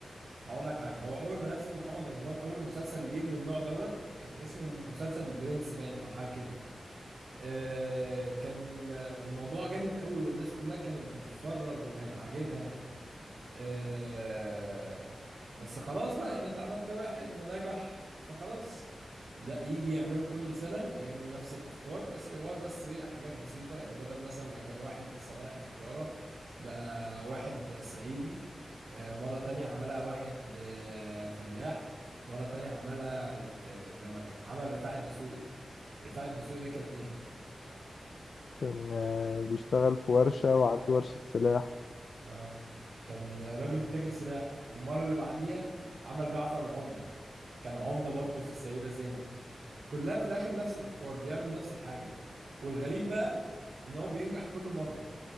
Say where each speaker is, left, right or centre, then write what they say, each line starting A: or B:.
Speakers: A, on the right; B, on the left.
A: هقول لك حاجه هو اول ما نزل محمد رمضان اول مسلسل ليه من النوع دوت كان اسمه مسلسل البرنس باين او حاجه كده آه كان ال- الموضوع جامد قوي والناس كلها كانت بتتفرج وكان عاجبها آه بس خلاص بقى يعني انت عملت واحد ونجح فخلاص لا يجي يعمله كل سنة ويعمل نفس الأفكار بس بيغير بس ايه حاجات بسيطة يعني بدل مثلا ما كان واحد صنايعي في القاهرة بقى واحد صعيدي آه مرة تانية عملها واحد آه فلاح مرة تانية عملها آه لما ك- عمل رفاعي الدسوقي رفاعي الدسوقي ده كان ايه؟
B: كان آه، بيشتغل في ورشة وعنده ورشة سلاح
A: اه كان راجل تاجر سلاح والمره اللي بعديها عمل جعفر العمده كان عمده برضه في السيده زينب كلها في الاخر نفس الافكار بيعمل نفس الحاجه والغريب بقى ان هو بينجح كل مره